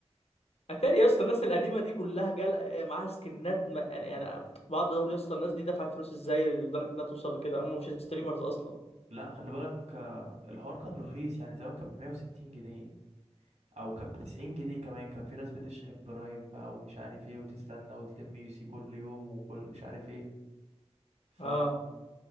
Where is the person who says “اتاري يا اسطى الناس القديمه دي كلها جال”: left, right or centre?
Left